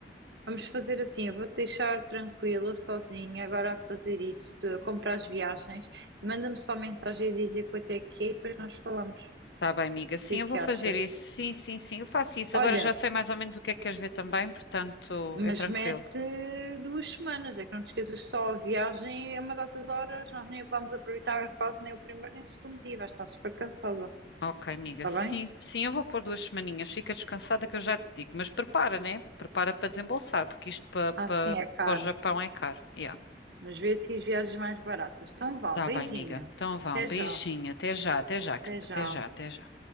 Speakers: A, on the right; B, on the left.
A: Vamos fazer assim. Eu vou-te deixar tranquila, sozinha, agora a fazer isso, de- a comprar as viagens. Manda-me só mensagem a dizer quanto é que é e depois nós falamos.
B: Tá bem, amiga.
A: O que, é
B: Sim,
A: que,
B: eu
A: que
B: vou
A: achas?
B: fazer isso. Sim, sim, sim. Eu faço isso.
A: Olha,
B: Agora já sei mais ou menos o que é que queres ver também, portanto,
A: mas
B: é tranquilo.
A: mete duas semanas, é que não te esqueças que só a viagem é uma data de horas, nós nem vamos aproveitar quase nem o primeiro nem o segundo dia, vais estar super cansada,
B: Ok, amiga.
A: está
B: Sim,
A: bem?
B: sim, eu vou pôr duas semaninhas. Fica descansada que eu já te digo. Mas prepara, né? Prepara para desembolsar, porque isto para,
A: Ah,
B: para,
A: sim, é caro,
B: para o Japão é caro. Yeah.
A: mas vê se as viagens mais baratas. Então vá,
B: Tá
A: beijinho,
B: bem, amiga. Então vá,
A: até
B: um beijinho.
A: já,
B: Até já, até já, querida.
A: até já.
B: Até já, até já.